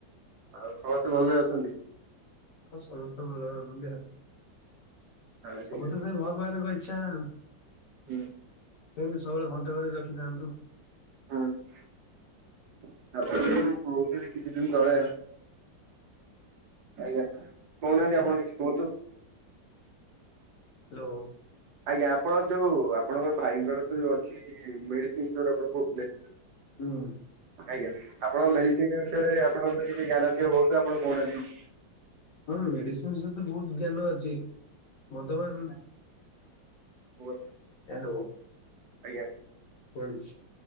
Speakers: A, on the right; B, on the left.
A: ଆଉ ସମସ୍ତେ ଭଲରେ ଅଛନ୍ତି?
B: ହଁ ସମସ୍ତେ ଭଲରେ ଅଛନ୍ତି ଆଉ
A: ହଁ ଠିକ
B: ସବୁ ତ ସେଇ ଭଗବାନ ଙ୍କ ଇଚ୍ଛା ଆଉ।
A: ଅଛି
B: ସେମିତି ସବୁବେଳେ ଘଣ୍ଟ ଘୋଡେଇକି ରଖିଥାନ୍ତୁ।
A: ହୁଁ ଆପଣ ଯୋଉ କହୁଥିଲି କିଛି ଦିନି ତଳେ। ଆଜ୍ଞା କହୁନାହାନ୍ତି
B: ୟା
A: ଆପଣ କିଛି କୁହନ୍ତୁ?
B: ହାଲୋ।
A: ଆଜ୍ଞା ଆପଣ ଯୋଉ ଆପଣଙ୍କର ଭାଇଙ୍କର ତ ଯୋଉ ଅଛି। ମେଡିସିନ୍ ଷ୍ଟୋର ଆପଣ କହୁଥିଲେ।
B: ହୁଁ।
A: ଆଜ୍ଞା ଆପଣଙ୍କ ମେଡିସିନି ବିଷୟରେ ଆପଣଙ୍କର କିଛି ଜ୍ଞାନ ଥିବ ବହୁତୁ ଆପଣ କହୁନାହାନ୍ତି?
B: ହଁ ମେଡିସିନ ବିଷୟରେ ତ ବହୁତ ଜ୍ଞାନ ଅଛି ବର୍ତ୍ତମାନ।
A: <inaudible>
B: ହାଲୋ
A: ଆଜ୍ଞା
B: କୁହନ୍ତୁ?